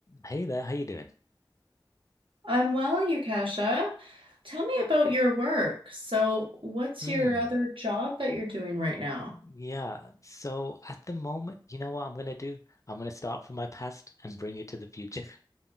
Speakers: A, on the left; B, on the right.
A: Hey there, how you doing?
B: I'm well, Yukasha. Tell me about your work. So, what's
A: Mm,
B: your other job that you're doing right now?
A: yeah. So at the moment, you know what I'm gonna do? I'm gonna start from my past and bring it to the future. <laughs>